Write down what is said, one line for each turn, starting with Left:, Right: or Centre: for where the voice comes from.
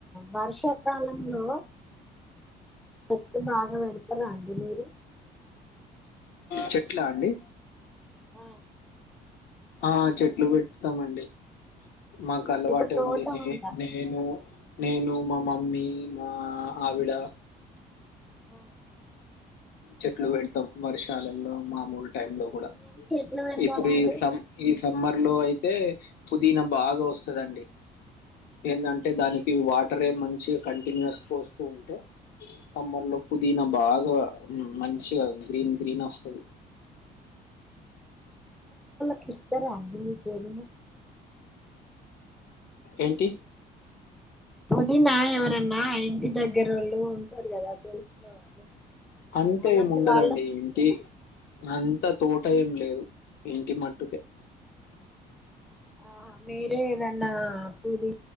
Centre: వర్షాకాలంలో చెట్లు బాగ పెడ్ రాంజినేలు
Left: చెట్లా అండి
Centre: ఆహ్
Left: ఆహ్ చెట్లు వెడ్తమండి మాకలవాటే
Centre: మీకు తోట
Left: ఉంది నే
Centre: ఉందా
Left: నేను నేను మా మమ్మీ మా ఆహ్ ఆవిడ
Centre: అహ్
Left: చెట్లు వెడ్తం వర్షాలలో మామూల్ టైం లో గూడ
Centre: ఏమేమి చెట్లు పెడతారండి
Left: ఇప్పుడి ఈ సమ్ ఇస్ సమ్మర్ లో అయితే పుదీనా బాగా వస్తదండి. ఏందంటే దాని ఈ వాటరే మంచిగా కంటిన్యూస్ పోస్తూ ఉంటే సమ్మర్ లో పుదీనా బాగా మంచిగా గ్రీన్ గ్రీన్ వస్తది
Centre: క ఇస్తరా అండి పుదీన
Left: ఏంటి
Centre: పుదీనా ఎవరన్నా ఇంద దగ్గ దగ్గర వాళ్ళు ఉంటారు కదా తెలిసిన వాళ్ళు
Left: అంతే
Centre: అలాంటి
Left: ఏముండదండి
Centre: వాళ్ళకి ఇస్తారా
Left: ఇంటి అంతా తోట ఏం లేదు ఇంటి మట్టుకే
Centre: ఆ మీరేదన్న పూది